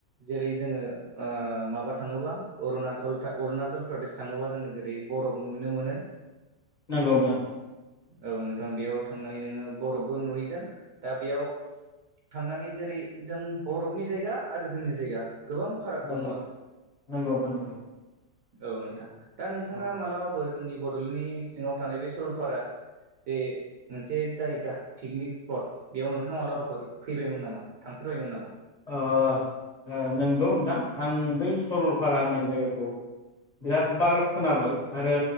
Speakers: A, on the right; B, on the left.
A: जेरै जोङो ओ माबा थाङोबा अरुणाचल अरुणाचल प्रदेश थाङोबा जोङो जेरै बरफ नुनो मोनो
B: नंगौ नोंथां‌
A: औ नोंथां बेयाव थांनानै नोङो बरफबो नुहैगोन दा बेयाव थांनानै जेरै जों बरफनि जायगा आरो जोंनि जायगा गोबां फाराग
B: नंगौ
A: दङ आरो
B: नंगौ नोंथां नंगौ
A: औ नोंथां
B: नंगौ
A: दा नोंथाङा
B: औ
A: मालाबा फोर जोंनि बड'लेण्डनि सिङाव थानाय बे सरलपारा जे मोनसे जायगा पिकनिक स्पट बेयाव नोंथाङा मालाबाफोर
B: औ
A: फैबायमोन नामा? थांफेरबायमोन नामा?
B: ओ ओ नंगौ नोंथां आं बै सरलपारा होननाय जायगाखौ बिराद बार खोनाबाय आरो